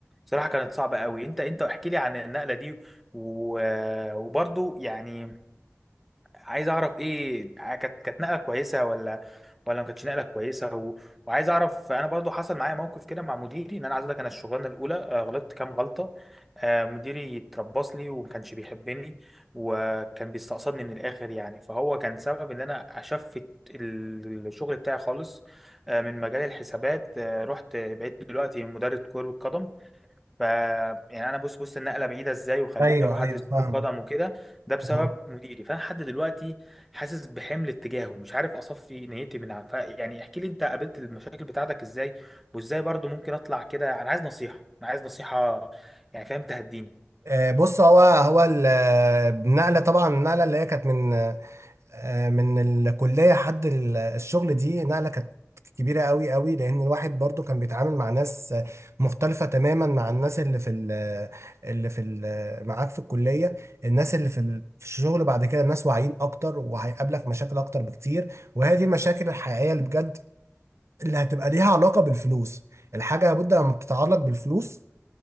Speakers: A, in the centre; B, on the right.
A: بصراحة كانت صعبة قوي انت انت احكي لي عن النقلة دي و... وبرضو يعني عايز اعرف ايه كانت كانت نقلة كويسة ولا ولا ما كانتش نقلة كويسة و... وعايز اعرف انا برضو حصل معايا موقف كده مع مديري ان انا عايز اقول لك انا الشغلانة الاولى آه، غلطت كام غلطة آه، مديري اتربص لي وما كانش بيحبني وكان بيستقصدني من الاخر يعني فهو كان سبب ان انا اشفت ال- الشغل بتاعي خالص آه، من مجال الحسابات آه، رحت بقيت دلوقتي مدرب كرة قدم ف يعني انا بص بص النقله بعيده ازاي وخلتني
B: ايوه
A: اروح
B: ايوه
A: ادرس
B: فاهمك
A: كره قدم وكده ده بسبب
B: فاهمك.
A: مديري فانا لحد دلوقتي حاسس بحمل اتجاهه مش عارف اصفي نيتي من ف يعني احكي لي انت قابلت المشاكل بتاعتك ازاي وازاي برضو ممكن اطلع كده انا عايز نصيحه انا عايز نصيحه يعني فاهم تهديني
B: آه، بص هو هو ال- آه، النقله طبعا النقله اللي هي كانت من آه، من الكلية حد ال- الشغل دي نقلة كانت كبيرة قوي قوي لأن الواحد برضو كان بيتعامل مع ناس آه، مختلفة تماما مع الناس اللي في ال اللي في ال معاك في الكلية الناس اللي في ال- في الشغل بعد كده ناس واعيين أكتر وهيقابلك مشاكل أكتر بكتير وهي دي المشاكل الحقيقية اللي بجد اللي هتبقى ليها علاقة بالفلوس الحاجة لابد لما بتتعلق بالفلوس